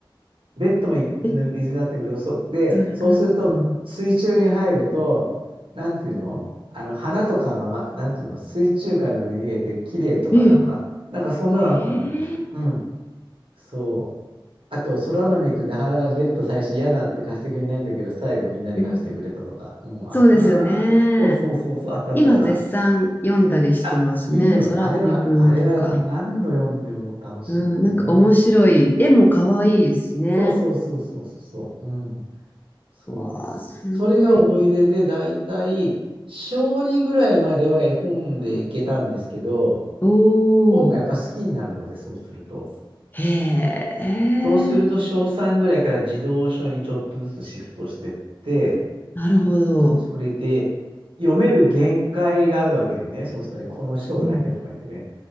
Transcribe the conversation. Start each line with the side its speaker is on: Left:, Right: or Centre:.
Right: ベッドもい水浸しになってるけど、
Left: ベッ
Right: そ、で、
Left: ドがなくなった。
Right: そうすると水中に入ると、
Left: うん。
Right: なんていうのあの、花とかが、ま、なんていうの水中花のように見えて、綺麗とかなんか、
Left: ええ。
Right: なんかそんなのあったな。
Left: ええ。
Right: うん。そう。あと、空豆くん、なかなかベッド最初嫌だって貸してくれないんだけど、最後みんなに貸してくれたとか。
Left: うん。
Right: うん、あったなーそうそうそうそう、
Left: そうですよね。
Right: あったあったあった。
Left: 今絶賛読んだりしてますね。
Right: あ、いいよ。
Left: そら豆くんとか。
Right: あれは、あれはあの何度読んでも楽しいよね。
Left: うん、なんか面白い。絵も可愛いですしね。
Right: そうそうそうそうそう。うん。そうです。
Left: わあ、すごい。
Right: それが思い出で、だいたい小2ぐらいまでは絵本でいけたんですけど、
Left: おお、
Right: 本がやっぱ好きになるので、そうすると。
Left: へえ、
Right: そうすると小3ぐらいから児童書にちょっとずつシフトしてって、
Left: なるほど。
Right: それで、読める限界があるわけでね、そうするとね、この章だけとか言ってね。
Left: うん、